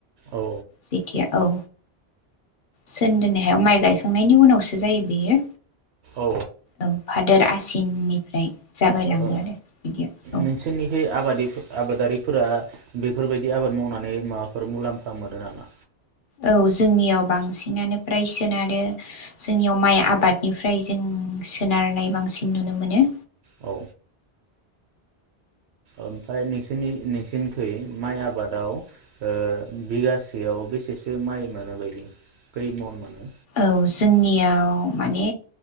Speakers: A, on the right; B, on the left.
A: औ
B: जिथिया औ सोन दोननाय हायाव माइ गायखांनायनि उनावसो जायो बेयो।
A: ओ औ
B: औ फादोर आसि दिननिफ्राय जागायलाङो
A: ओ
B: आरो बिदिया औ
A: नोंसोरनिखै आबादि आबादारिफोरा बेफोरबायदि आबाद मावनानै माबाफोर मुलाम्फा मोनो नामा?
B: औ जोंनियाव बांसिनानो फ्राय सोनारो जोंनियाव माइ आबादनिफ्राय जों सोनारनाय बांसिन नुनो मोनो।
A: औ ओमफाय नोंसिनि नोंसिनिखै माइ आबादाव ओ बिगासेयाव बेसेसो माइ मोनो बायदि खै मन मोनो?
B: औ जोंनियाव माने